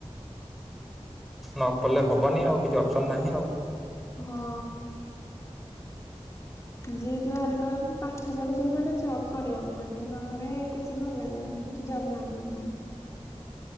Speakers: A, in the centre; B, on the left (about 25°).
A: ନ ପଡ଼ିଲେ ହବନି ଆଉ କିଛି ଅପସନ ନାହିଁ ଆଉ।
B: ହଁ। ଯିଏ ଯୋଉ ହାରିକା ପାଠ ପଢୁଚନ୍ତି ମାନେ ଜବ୍ କରିବାକୁ ପଡ଼ିବ ନହେଲେ ଘରେ କିଛି ଭଲ ଲାଗିବନହି ଜବ୍ ନ କଲେ ନାହିଁ।